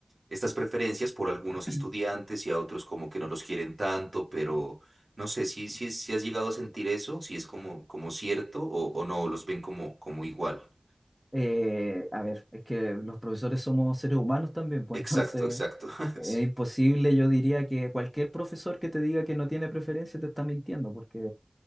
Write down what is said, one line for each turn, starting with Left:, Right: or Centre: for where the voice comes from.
Right: Estas preferencias por algunos
Centre: <clears throat>
Right: estudiantes y a otros como que no los quieren tanto, pero no sé si, si, si has llegado a sentir eso, si es como, como cierto o, o no, los ven como, como igual.
Centre: Eh, a ver, es que los profesores somos seres humanos también, pues
Right: Exacto,
Centre: entonces
Right: exacto.
Centre: es
Right: <laughs> sí,
Centre: imposible, yo diría que cualquier profesor que te diga que no tiene preferencia te está mintiendo, porque